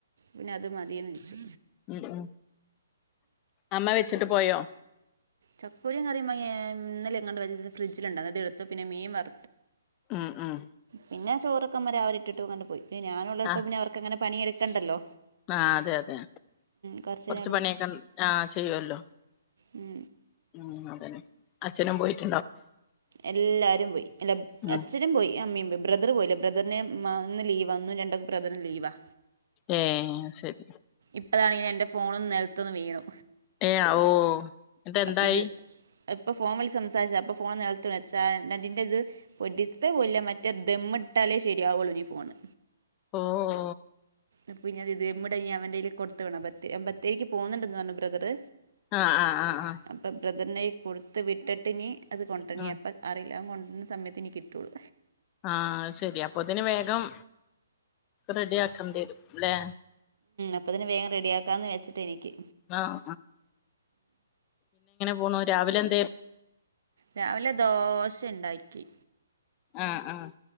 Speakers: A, on the right; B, on the left.
A: പിന്നെ അത് മതിയന്ന് വെച്ചു
B: ഉം അമ്മ വെച്ചിട്ട് പോയോ
A: ചക്കക്കുരുവും കറിയും ഇന്നെലെങ്ങാണ്ട് വച്ചത് ഫ്രിഡ്ജിലുണ്ട് അത് എടുത്തു പിന്നെ മീൻ വറ
B: ഉം ഉം
A: പിന്നെ ചോറൊക്കെമരെ അവരിട്ടിട്ട് എങ്ങാണ്ട് പോയി ഇപ്പൊ ഈ ഞാനുള്ളപ്പോ
B: ആ
A: പിന്നെ അവർക്കെങ്ങന പണിയെടുക്കേണ്ടല്ലോ
B: ആ അതെ അതെ
A: കുറച്ച്
B: കൊറച്ച്
A: നേരം
B: പണിയൊക്കെ ആ ചെയ്യുവല്ലോ
A: ഉം
B: ഉം അതെ അച്ഛനും പോയിട്
A: എല്ലാരും പോയി പിന്നെ എല്ല
B: ഉം
A: അച്ഛനും പോയി അമ്മേം പോയി ബ്രദർ പോയില്ല ബ്രദറിനെ മ ഇന്ന് ലീവ ഒന്നും രണ്ടും ബ്രദറിന് ലീവാ
B: ഏ ശരി
A: ഇപ്പതാണങ്കി എന്റെ ഫോണൊന്ന് നിലത്തൊന്ന് വീണു
B: ഏ ഓ എന്നിട്ട് എന്തായി
A: ഇത് ഇപ്പൊ ഫോൺ വിളിച്ചു സംസാരിച്ചത അപ്പൊ ഫോൺ നി വെച്ചായേന്റെത് ഡിസ്പ്ലേ പോയില്ല മറ്റേ ദമ്മിട്ടാലേ ശരിയാവുള്ളൂ ഈ ഫോണ്
B: ഓ ഓ
A: അപ്പൊ പിന്നെ ഇത് ദമ്മിടാൻ ഇനി അവന്റെൽ കൊടുത്തുവിടണം ബത്തേ അവൻ ബത്തേരിക്ക് പോകുന്നുണ്ടന്ന് പറഞ്ഞ
B: ആ ആ ആ
A: <unintelligible>
B: ആ
A: അപ്പൊ ബ്രദറിന്റ കൈ കൊടുത്ത് വിട്ടട്ട് ട്ടട്ട് ഇനി അത് കൊണ്ടണി
B: ഉം
A: ഇനി എപ്പം അറിയില്ല അവൻ കൊണ്ടുവരണ സമയത്ത് ഇനി കിട്ടുവുള്ളൂ
B: ആ ശരി അപ്പൊത്തേന് വേഗം റെഡി ആക്കാൻ തരും അല്ലേ
A: അപ്പോത്തെന് വേഗം റെഡിയാക്കാന്ന് വെച്ചിട്ട് എനിക്ക്
B: ആഹ് പോണോ, രാവിലെ എൻ
A: രാവിലെ ദോശണ്ടാക്കി.
B: ആഹ് ആഹ്‌.